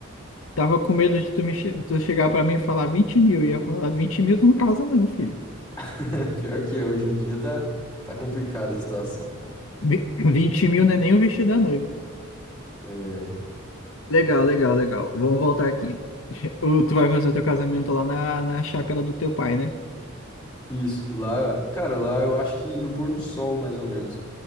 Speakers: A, on the left (about 85°); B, on the left (about 20°).
A: Tava com medo de tu, me che- tu chegar pra mim e falar 20 mil. E eu ia falar, 20 mil tu não casa não, filho.
B: <laughs> Pior que é, hoje em dia tá, tá complicada a situação.
A: Vi- 20 mil não é nem o vestido da noiva.
B: É,
A: Legal, legal, legal. Vamos voltar aqui. <laughs> O- Tu vai fazer o teu casamento lá na, na chácara do teu pai, né?
B: isso, lá, cara, lá eu acho que no pôr do sol, mais ou menos.